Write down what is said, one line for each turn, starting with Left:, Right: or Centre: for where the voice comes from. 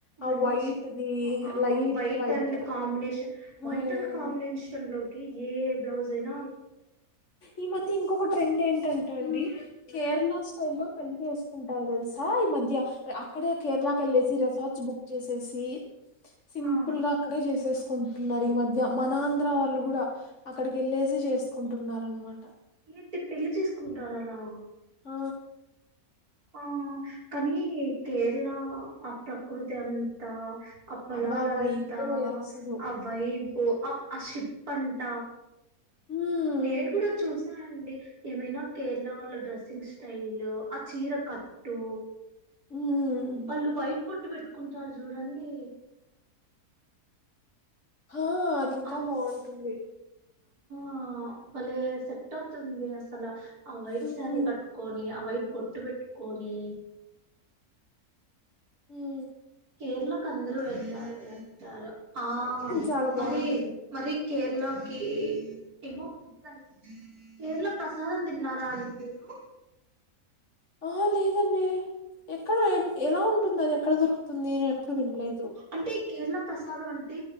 Left: ఆ
Right: మంచి
Left: వైట్ ది
Right: ఆ
Left: light white
Right: and combination white
Left: um
Right: and combination లోకి ఏ బ్లూస్ ఐన
Left: ఈ మధ్య ఇంకొక ట్రెండ్ ఏంటంటె అండి కేరళ స్టైల్లో పెళ్లి చేసుకుంటారు తెలుసా ఈ మధ్య అక్కడే కేరళకి వెళ్ళేసి రిసార్ట్స్ బుక్ చేసేసి సింపుల్
Right: ఆ
Left: గా అక్కడే చేసేస్త కుంటున్నారు ఈ మధ్య మన ఆంధ్ర వాళ్ళు కూడా అక్కడికి వెళ్ళేసి చేసుకుంటున్నా అనమాట
Right: ఏంటి పెళ్లి చేసుకుంటార అలా
Left: ఆ
Right: ఆ కానీ కేరళ ఆ ప్రకృతి అంతా ఆ పొలాలంతా
Left: అబ్బా వైబే వేరు అసలు
Right: ఆ వైబు ఆ షి పంట
Left: ఉమ్
Right: నేను కూడా చూసా అండి ఏమైనా కేరళ వాళ్ళ డ్రెస్సింగ్ స్టైల్లు ఆ చీర కట్టు
Left: ఉమ్
Right: వళ్ళు వైట్ బొట్టు పెట్టు కుంటారు చూడండి
Left: ఆ అది ఇంకా
Right: ఆ
Left: బాగుంటుంది
Right: ఆ బాలే సెట్ అవుతుంది అసలు ఆ వైట్
Left: ఉమ్
Right: సారీ కట్టుకొని ఆ వైట్ బొట్టు పెట్ కోడి
Left: హు
Right: కేరళకు అందరు వెతారు అంటారు ఆ
Left: చాలా
Right: మరి
Left: బాగుంటుంది
Right: మరి కేరళకి ఏమో ఉంటుందండి కేరళ ప్రసాదం తిన్నారా అండి మీరు
Left: ఆ లేదండి ఎక్కడ ఎం ఎలా ఉంటుంది అది ఎక్కడ దొరుక్ తుంది నేను ఎప్పుడు విన్లేదు
Right: అంటే కేరళ ప్రసాదం అంటే